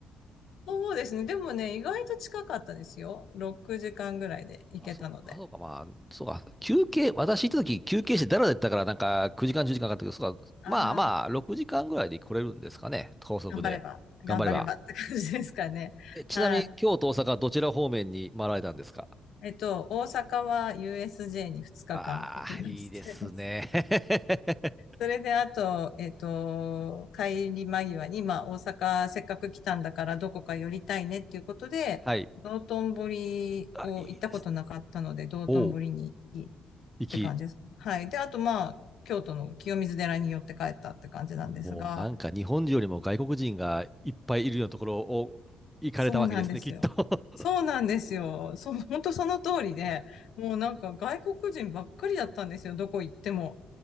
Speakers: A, on the left; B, in the centre.
A: <laughs> そうですね。でもね、意外と近かったですよ。6時間ぐらいで行けたので。
B: あ、そう、あ、そうか、まあ、そうか、休憩、私行った時休憩してだらだったから、なんか9時間、10時間かんかかったけど、そうか、
A: ああ、
B: まあまあ、6時間ぐらいで来れるんですかね、高速で。
A: 頑張れば、
B: 頑張れば。
A: 頑張ればって感じですかね。
B: え、ちなみに、
A: はい。
B: 京都、大阪、どちら方面に回られたんですか
A: えっと、大阪は USJ に2日間行きまして。
B: ああー、いいですね。
A: <laughs>
B: <laughs>
A: それで、あと、えっと、帰り間際に、まあ、大阪せっかく来たんだからどこか寄りたいねっていうことで、
B: はい。
A: 道頓堀を行ったことなかったので、
B: あ、いいです。
A: 道頓堀に行きっ
B: おう、行き。
A: て感じです。はい。で、あと、まあ、京都の清水寺に寄って帰ったって感じなんですが、
B: もうなんか日本人よりも外国人がいっぱいいるようなところを行かれたわけですね、
A: そうなんですよ。
B: きっと。<laughs>
A: そうなんですよ。そう、本当その通りで、もうなんか外国人ばっかりだったんですよ、どこ行っても。